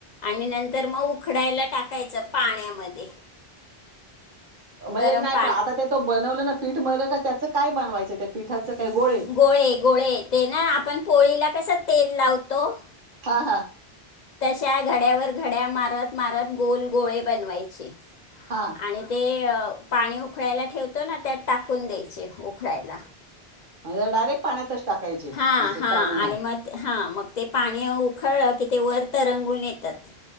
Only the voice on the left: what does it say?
आणि नंतर मग उखडायला टाकायचं पाण्यामध्ये.
गरम
पा
पिठाचं
काही गोळे, गोळे. ते ना आपण पोळीला कस तेल लावतो-
तशा घड्यावर घड्या मारत, मारत गोल गोळे बनवायचे.
आणि ते पाणी उखळायला ठेवतो ना, त्यात टाकून द्यायचे उखळायला.
हा
हा आणि
मग हा, मग ते पाणी उखळलं की, ते वर तर रंगून येतात